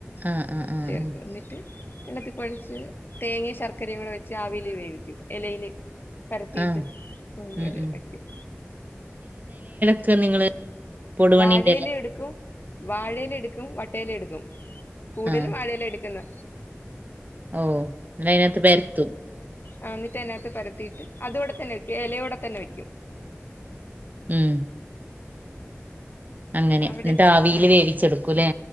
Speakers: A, on the right (about 40°); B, on the left (about 45°).
A: ആഹ് ആഹ് ആഹ്
B: ചേർക്കു
A: ആഹ്
B: എന്നിട്ട്. എന്നിട്ട് കൊഴച്ച് തേങ്ങെ ശർക്കരയും കൂടെ വെച്ച് ആവിയില് വേവിക്കും. എലയില്. പരത്തീട്ട്
A: ആഹ്
B: പൊതിഞ്ഞമേലെ
A: ഉം ഉം
B: വെയ്ക്കും.
A: ക്കെ നിങ്ങള് കൊടുവണ്ണീന്റെ
B: വാഴേല്
A: എല
B: എടുക്കും. വാഴേല് എടുക്കും വട്ടേല് എടുക്കും കൂടലും
A: ആഹ്
B: വായലെ എടുക്കുന്നെ
A: ഓഹ് ന്നാ അയിന്നത് പര്ത്തും.
B: ആഹ് ഇന്നിട്ട് അതിനകത്ത് പരത്തീട്ട് അതോടെ തന്നെ വെക്കും. എലയോടെ തന്നെ വെക്ക്യും.
A: ഉം അങ്ങനെ
B: അവിടെ
A: ഇന്നട്ട് ആവീല്
B: ആ
A: വേവിച്ചെടുക്കുല്ലേ.